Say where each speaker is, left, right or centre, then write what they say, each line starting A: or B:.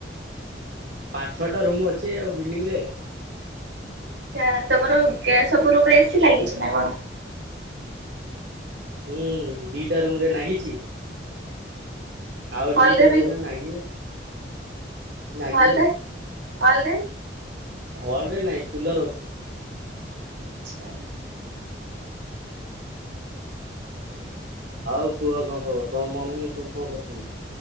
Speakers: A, on the right; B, on the right.
A: ପାଞ୍ଚ ଛଅଟା ରୁମ ଅଛି ଆଉ ବିଲଡିଂରେ।
B: ଆଚ୍ଛା। ତମର ଗେ ସବୁ ରୁମରେ ଏସି ଲାଗିଛି ନା କଣ?
A: ହୁଁ, ଦିଟା ରୁମରେ ନାଗିଛି
B: <inaudible>
A: ଆଉ
B: ହଲରେ
A: ଦିଟା
B: ବି
A: ରୁମରେ ନାଗିନି। ନାଗିନି।
B: ହଲରେ, ହଲରେ?
A: ହଲରେ ନାଇଁ, କୁଲର ଅଛି।
B: ଆଚ୍ଛା।
A: ଆଉ କୁହ କଣ ଖବର? ତମ ମମି ଏ ସବୁ କଣ କରୁଛନ୍ତି?